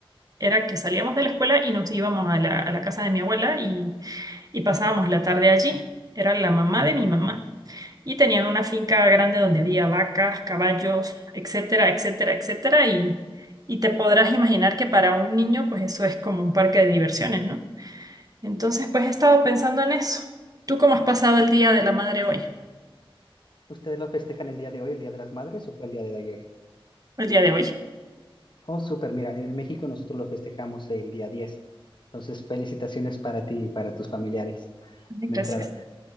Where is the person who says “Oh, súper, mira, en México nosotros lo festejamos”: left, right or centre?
Left